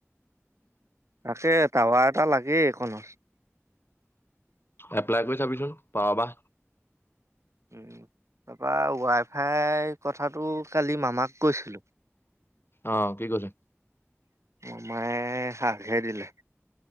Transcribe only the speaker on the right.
তাকে টাৱা এটা লাগেই একনত।
উম'। তাৰপৰা ৱাই ফাই কথাটো কালি মামাক কৈছিলো।
মামায়ে হাকহে দিলে।